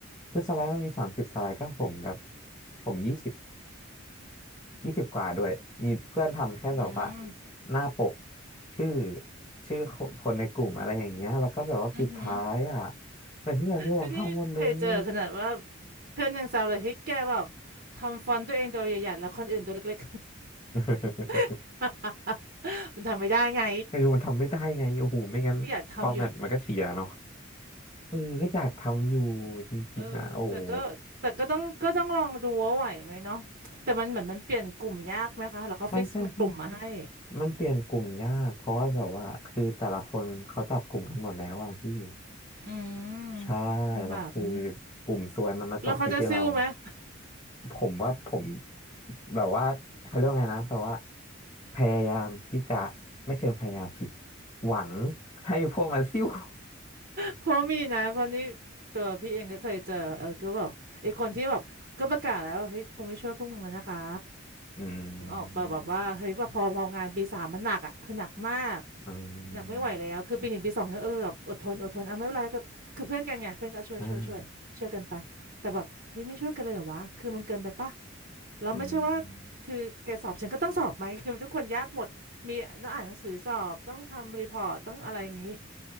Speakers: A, on the left; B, on the right.
A: คือสไลด์มันมีสามสิบสไลด์ก็ผมแบบผมยี่สิบ ยี่สิบกว่าด้วยมีเพื่อนทำแค่แบบว่า
B: อืม
A: หน้าปกชื่อชื่อคนในกลุ่มอะไรอย่างเงี้ยแล้วก็แบบว่าปิดท้ายอ่ะ
B: อือฮึ
A: แต่ที่เหลือพี่วงทำหมดเลย
B: ก็นี่เคยเจอขนาดว่าเพื่อนยังแซวเลยเฮ้ยแกแบบทำฟอนต์ตัวเองตัวใหญ่ๆแล้วคนอื่นตัวเล็ก
A: <laughs>
B: ๆ <laughs> มันทำไม่ได้ไง
A: เออมันทำไม่ได้ไงโอ้โหไม่งั้นฟอร์แมตมันก็เสียเนาะ
B: ก็อยากทำอยู่
A: เออก็อยากทำอยู่จริงๆอ่ะโอ้โห
B: เออแต่ก็แต่ก็ต้องก็ต้องลองดูว่าไหวไหมเนาะแต่มันเหมือนมันเปลี่ยนกลุ่มยากไหมคะหรือเขาฟิกซ์มากลุ่มมาให้
A: ใช่ใช่ใช่มันเปลี่ยนกลุ่มยากเพราะว่าแบบว่าคือแต่ละคนเขาจับกลุ่มกันหมดแล้วอ่ะพี่
B: อืม
A: ใช่
B: ลำบากอันนี้
A: แล้วคือกลุ่มซวยมันมาตกอยู่ที่เรา
B: แล้วเขาจะซิ้วไหม <laughs>
A: ผมว่าผมแบบว่าเขาเรียกว่าไงนะแบบว่าพยายามที่จะไม่เชิงพยายามผิดหวังให้พวกมันซิ่ว <laughs>
B: เพราะมีนะเพราะนี่ตัวพี่เองก็เคยเจอเออก็แบบไอ้คนที่แบบก็ประกาศแล้วว่าเฮ้ยกูไม่ช่วยพวกมึงแล้วนะคะ
A: อืม
B: ถึงออกแบบแบบว่าเฮ้ยแบบพอพองานปีสามมันหนักอ่ะคือหนักมาก
A: อืม
B: หนักไม่ไหวแล้ว คือปีหนึ่งปีสองก็เออแบบอดทนอดทนอ่ะไม่เป็นไรก็คือเพื่อนกันไงเพื่อนก็ช่วยช่วยช่วยช่วยกันไป
A: อ่า
B: แต่แบบเฮ้ยไม่ช่วยกันเลยเหรอวะ คือมันเกินไปปะเราไม่ใช่ว่า
A: อืม
B: คือแกสอบฉันก็ต้องสอบไหม คือทุกคนยากหมด มีต้องอ่านหนังสือสอบ ต้องทำรีพอร์ตต้องอะไรอย่างนี้